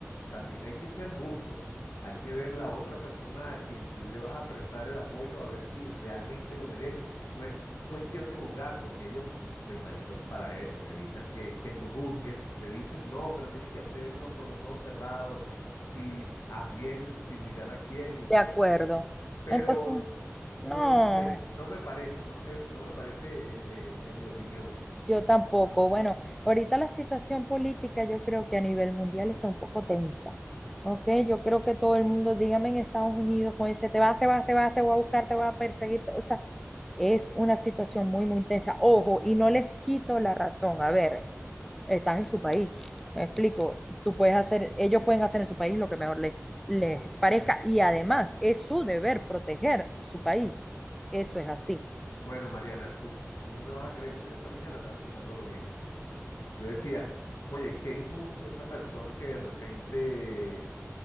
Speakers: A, on the left; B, in the centre.
A: También hay que ser justo. Hay que ver la otra persona a quien tú le vas a apretar el apoyo a ver si realmente lo merece. No es cuestión de juzgar, porque ellos, me imagino, para eso, evitan que, que tú juzgues. Te dicen, no, pero tienes que hacerlo con los ojos cerrados, si haz bien, sin mirar a quién. Y entonces,
B: de acuerdo.
A: pero
B: Entonces,
A: n- no,
B: no.
A: no sé, no me parece, no sé, no me parece, eh, eh, en mi opinión.
B: Yo tampoco. Bueno, ahorita la situación política yo creo que a nivel mundial está un poco tensa. ¿Ok? Yo creo que todo el mundo, dígame en Estados Unidos, con ese te vas, te vas, te vas, te voy a buscar, te voy a perseguir. te- O sea, es una situación muy, muy tensa. Ojo, y no les quito la razón. A ver, estás en su país. Me explico. Tú puedes hacer, ellos pueden hacer en su país lo que mejor les, les parezca. Y además, es su deber proteger su país. Eso es así.
A: Bueno, Mariana, tú, tú no me vas a creer, pero yo esta mañana estaba pensando lo mismo. Yo decía, oye, qué injusto esa persona que de repente,